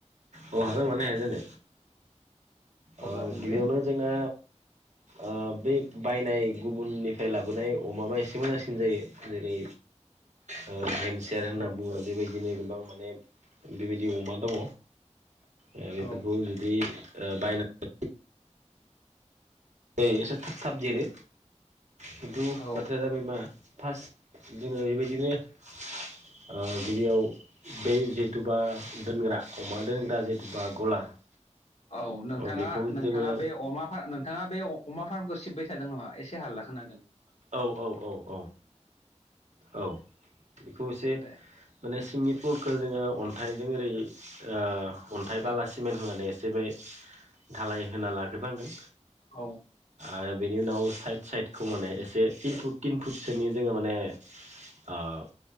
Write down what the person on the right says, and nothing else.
अहागोन मानो हायाजानो। ओ
गिबियावनो जोंना ओ बे बायनाय गुबुननिफ्राय लाबोनाय अमाबा एसे मोजांसिन जायो। जेरै ओ भेमसेयार होनना
बुङो बेबायदिनो गोबां माने बेबायदि अमा दङ। ओ बेफोरखौ
जुदि ओ बायनानै। जायो एसे थाब थाबदेरो खिन्थु
बाथ्राया जाबाय मा। फास जोङो बेबायदिनो ओ गिबियाव बै जिहेथुबा दोनग्रा। अमा दोनग्रा जेथुबा गलार।
बेखौ जोङो
औ-औ-औ। औ बेखौ एसे
माने सिंनिफ्लुरखो जोङो अन्थाइ जों ओरै ओ अन्थाइ बाला
सिमेन्ट होनानै एसे बे धालाय होना लाग्रबांगोन।
आरो बेनि उनाव साइड साइडखौ माने एसे तिन फुट तिन फुटसोनि जोङो माने ओ